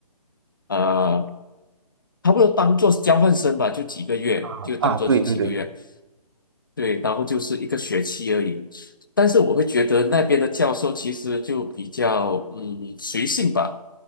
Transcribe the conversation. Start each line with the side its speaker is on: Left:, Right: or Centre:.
Left: 呃差不多当做是交换生吧，就几个月，
Right: 啊啊，
Left: 就当做就几个月，
Right: 对对对，
Left: 对，然后就是一个学期而已。但是我会觉得那边的教授其实就比较嗯随性吧，